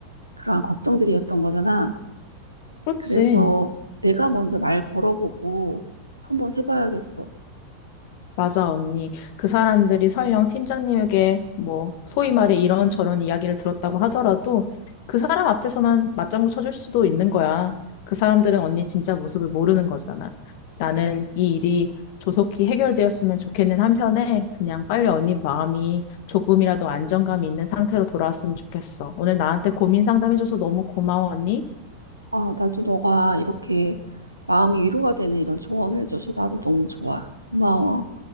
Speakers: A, on the right; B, on the left.
A: 그러한 걱정들이었던 거잖아.
B: 그렇지.
A: 그래서 내가 먼저 말 걸어보고 한번 해봐야겠어.
B: 맞아, 언니. 그 사람들이 설령 팀장님에게 뭐, 소위 말해 이런저런 이야기를 들었다고 하더라도 그 사람 앞에서만 맞장구 쳐줄 수도 있는 거야. 그 사람들은 언니 진짜 모습을 모르는 거잖아. 나는 이 일이 조속히 해결되었으면 좋겠는 한편에 그냥 빨리 언니 마음이 조금이라도 안정감이 있는 상태로 돌아왔으면 좋겠어. 오늘 나한테 고민 상담해줘서 너무 고마워, 언니.
A: 아, 나도 너가 이렇게 마음이 위로가 되는 이런 조언을 해줘서 나도 너무 좋아. 고마워.